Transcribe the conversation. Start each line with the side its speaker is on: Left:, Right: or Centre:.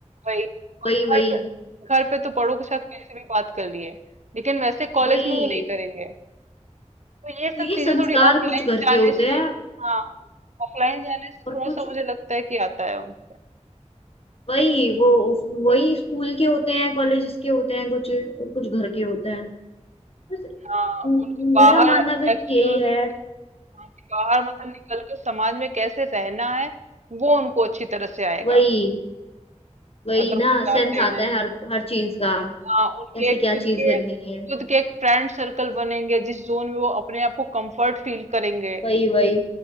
Right: वही और
Left: वही
Right: घर
Left: वही
Right: पे घर पे तो बड़ों के साथ कैसे भी बात कर लिए लेकिन वैसे कॉलेज
Left: वही
Right: में वो नहीं करेंगे तो ये
Left: तो
Right: सब
Left: ये
Right: चीजें
Left: संस्कार
Right: थोड़ी ऑफलाइन
Left: कुछ घर
Right: जाने
Left: के होते
Right: से
Left: हैं
Right: हाँ ऑफलाइन जाने से थोड़ा
Left: और कुछ
Right: सा मुझे लगता है कि आता है उनसे
Left: वही वो वही स्कूल के होते हैं कॉलेजेस के होते हैं कुछ और कुछ घर के होते हैं बस
Right: हाँ
Left: म-
Right: उनको बाहर
Left: मेरा मानना
Right: एक्चुअल
Left: तो यही है
Right: हाँ, कि बाहर मतलब निकल के समाज में कैसे रहना है वो उनको अच्छी तरह से आएगा
Left: वही वही
Right: अगर
Left: ना
Right: वो
Left: सेंस
Right: जाते
Left: आता
Right: हैं
Left: है हर हर चीज का
Right: हाँ उनके
Left: कैसे
Right: एक
Left: क्या
Right: खुद
Left: चीज
Right: के
Left: करनी
Right: खुद
Left: है
Right: के एक फ्रेंड सर्कल बनेंगे जिस जोन में वो अपने आप को कंफर्ट फील करेंगे
Left: वही वही